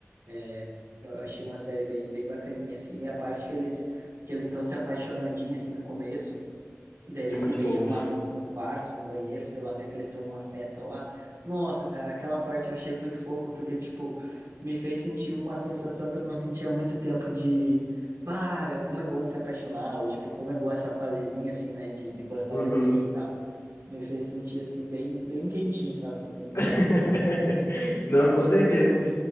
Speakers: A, on the right; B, on the left.
A: É, eu achei uma série bem, bem bacaninha, assim. E a parte que eles que eles estão se apaixonandinho, assim, no começo, e daí eles
B: É muito
A: se beijam
B: fofo.
A: lá no, num quarto, num banheiro, sei lá onde é que eles estão numa festa lá. Nossa, cara, aquela parte eu achei muito fofa, porque, tipo, me fez sentir uma sensação que eu não sentia há muito tempo de, bah, como é bom se apaixonar, ou, tipo, como é bom essa fasezinha, assim, né, de, de gostar
B: Uhum.
A: de alguém e tal. Me fez sentir, assim, bem, bem quentinho, sabe, no, no coração,
B: <laughs>
A: enfim.
B: Não,
A: Eu
B: com
A: achei
B: certeza.
A: muito fofo.